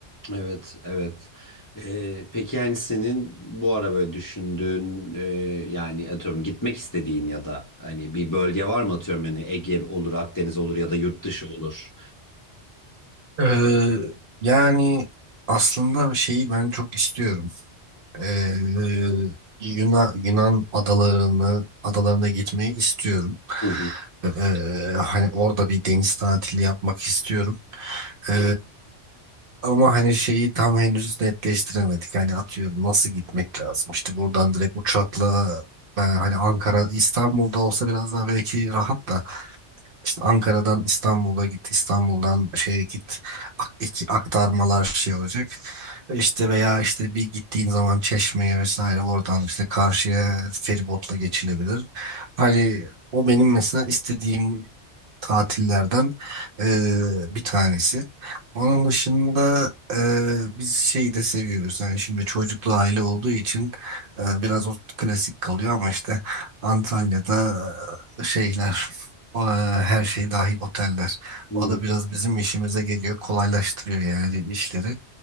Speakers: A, on the left; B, on the right.
A: Evet, evet. Ee, peki yani senin bu ara böyle düşündüğün e, yani atıyorum gitmek istediğin ya da hani bir bölge var mı atıyorum hani Ege olur, Akdeniz olur ya da yurt dışı olur.
B: Ee, yani aslında şeyi ben çok istiyorum. Ee, Yunan, Yunan adalarını adalarına gitmeyi istiyorum.
A: Hı
B: Ee, hani orada bir deniz tatili yapmak istiyorum. Ee, ama hani şeyi tam henüz netleştiremedik. Hani atıyorum nasıl gitmek lazım? İşte buradan direkt uçakla ben hani Ankara, İstanbul'da olsa biraz daha belki rahat da işte Ankara'dan İstanbul'a git, İstanbul'dan şeye git, ak- iki aktarmalar şey olacak. İşte veya işte bir gittiğin zaman Çeşme'ye vesaire oradan işte karşıya feribotla geçilebilir. Hani o benim mesela istediğim tatillerden e, bir tanesi. Onun dışında e, biz şeyi de seviyoruz. Yani şimdi çocuklu aile olduğu için e, biraz o klasik kalıyor ama işte Antalya'da e, şeyler o, e, her şey dahil oteller.
A: hı.
B: O da biraz bizim işimize geliyor, kolaylaştırıyor yani işleri.